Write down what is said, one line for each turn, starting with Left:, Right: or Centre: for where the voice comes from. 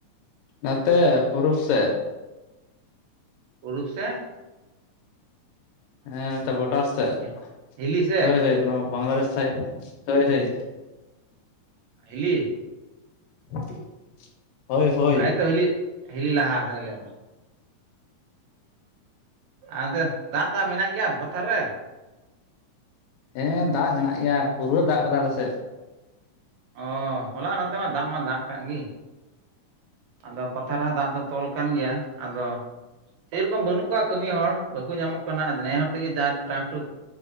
Left: ᱱᱚᱛᱮ ᱯᱩᱨᱩᱵ ᱥᱮᱫ
Right: ᱦᱩᱲᱩ ᱥᱮ
Left: ᱦᱮᱸ ᱱᱚᱛᱮ ᱵᱚᱰᱟᱨ ᱥᱮᱫ᱾
Right: ᱦᱮᱸ, ᱦᱤᱞᱤ ᱥᱮᱫ
Left: ᱦᱳᱭ ᱦᱳᱭ ᱚᱱᱟ ᱵᱟᱝᱞᱟᱫᱮᱥ ᱥᱟᱭᱤᱰ᱾ ᱦᱳᱭ ᱦᱳᱭ᱾
Right: ᱦᱤᱞᱤ
Left: <inaudible> ᱦᱳᱭ
Right: ᱟᱡ ᱫᱚ ᱦᱤᱞᱤ᱾ ᱦᱤᱞᱤ ᱞᱟᱦᱟ ᱠᱟᱜ ᱟᱞᱮ ᱢᱟ᱾ ᱟᱫᱚ ᱫᱟᱜ-ᱫᱟᱜ ᱢᱮᱱᱟᱜ ᱜᱮᱭᱟ ᱯᱟᱛᱷᱟᱨ ᱨᱮ᱾
Left: ᱦᱮᱸ ᱫᱟᱜ ᱢᱮᱱᱟᱜ ᱜᱮᱭᱟ ᱯᱩᱨᱟᱹ ᱫᱟᱜ ᱠᱟᱫᱟ ᱟᱞᱮᱥᱮᱫ?
Right: ᱚᱻ ᱦᱚᱞᱟ ᱱᱚᱛᱮ ᱢᱟ ᱫᱟᱜ ᱢᱟ ᱫᱟᱜ ᱠᱟᱜ ᱜᱮ᱾ ᱟᱫᱚ ᱯᱟᱛᱟ ᱨᱮᱦᱚᱸ ᱫᱟᱜ ᱫᱚ ᱛᱚᱞ ᱠᱟᱱ ᱜᱮᱭᱟ ᱟᱫᱚ ᱥᱮᱨᱚᱠᱚᱢ ᱵᱟᱹᱱᱩᱜ ᱠᱚᱣᱟ ᱠᱟᱹᱢᱤ ᱦᱚᱲ ᱵᱟᱠᱚ ᱧᱟᱢᱚᱜ ᱠᱟᱱᱟ ᱱᱮ ᱦᱚᱲ ᱛᱮᱜᱮ ᱡᱟ ᱴᱟᱠᱴᱩᱠ